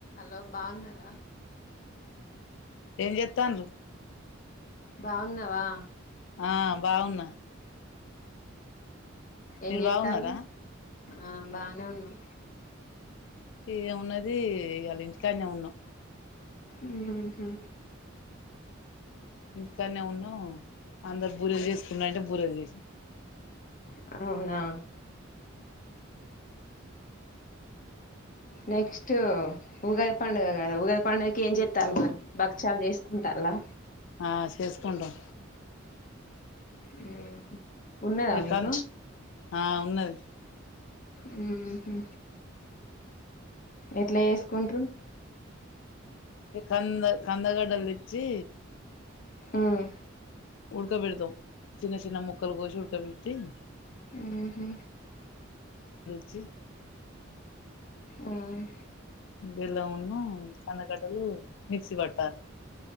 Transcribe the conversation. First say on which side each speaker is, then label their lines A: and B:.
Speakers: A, on the left; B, on the left.
A: Hello బాగున్నార
B: ఏం చెత్తన్రు
A: బాగున్నావా
B: ఆ బాగున్నా
A: ఏం
B: మీరు
A: చెతను
B: బాగున్నారా
A: ఆ బానే ఉన్నం
B: ఏమున్నది ఇయాలా ఇంటికానే ఉన్నాం.
A: ఉహు
B: ఇంటికనే ఉన్నా అందరు బూరెలు చేసుకున్నా అంటే బూరెలు చేస్
A: క అవునా నెక్స్ట్ ఉగాది పండుగ గదా ఉగాది పండగకి, ఏం చెత్తాలు మరి భక్చాలు చేసుకుంటర్లా
B: ఆ చేసుకుంటాం
A: హ్మ్ హు ఉన్నదా
B: ఇగ
A: మీకు
B: కన్ ఆ ఉన్నది
A: హ్మ్ హు ఎట్లా చేసుకుంట్రు
B: ఏ కంద కందగడ్డల్దేచ్చి
A: ఉమ్
B: ఉడ్కబెడ్తం చిన్న చిన్న ముక్కలు కోసి ఉడుకవి తిన్
A: హ్మ్ హు
B: చ్చి
A: ఆహ్
B: బెల్లంనూ, కందగడ్డలు మిక్సీ పట్టాలి.